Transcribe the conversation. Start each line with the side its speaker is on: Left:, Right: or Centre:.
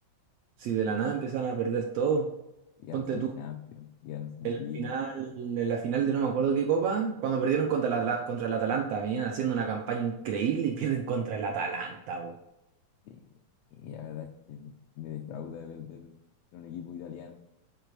Right: sí, de la nada empezaron a perder todo.
Left: Y ganan
Right: Ponte
Left: sin
Right: tú.
Left: Champions, y ganan sin
Right: En la
Left: Liga.
Right: final, en la final de no me acuerdo qué copa, cuando perdieron contra la, Atla- contra el Atalanta, venían haciendo una campaña increíble y <laughs> pierden contra el Atalanta, po.
Left: Y, y la verdad es que me defrauda ver del, de un equipo italiano.